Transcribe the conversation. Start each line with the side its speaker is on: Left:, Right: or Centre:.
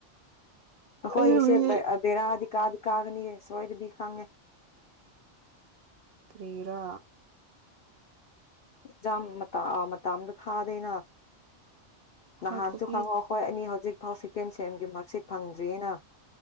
Left: ꯑꯈꯣꯏꯒꯤꯁꯦ
Right: ꯑꯩꯕꯨꯗꯤ
Left: ꯕꯦ ꯑ ꯕꯦꯔꯥꯗꯤ ꯀꯥꯗꯤ ꯀꯥꯒꯅꯤꯌꯦ ꯁꯣꯏꯗꯕꯤ ꯈꯪꯉꯦ
Right: ꯀꯔꯤꯒꯤꯔꯥ
Left: ꯖꯥꯝ ꯃꯇ ꯑ ꯃꯇꯥꯝꯗ ꯊꯥꯗꯦꯅ ꯅꯍꯥꯟꯁꯨ
Right: ꯍꯥꯔꯠ ꯀꯣꯄꯤ
Left: ꯈꯪꯉꯣ ꯈꯣꯏ ꯑꯅꯤ ꯍꯧꯖꯤꯛ ꯐꯥꯎ ꯁꯦꯀꯦꯟ ꯁꯦꯝꯒꯤ ꯃꯥꯔꯛꯁꯦ ꯐꯪꯗ꯭ꯔꯤꯌꯦꯅ꯫